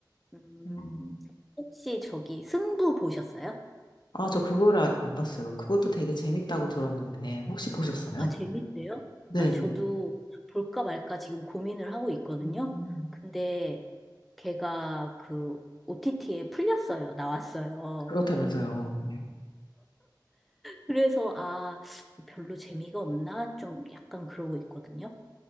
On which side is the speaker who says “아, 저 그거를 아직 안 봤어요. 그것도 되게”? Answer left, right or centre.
Left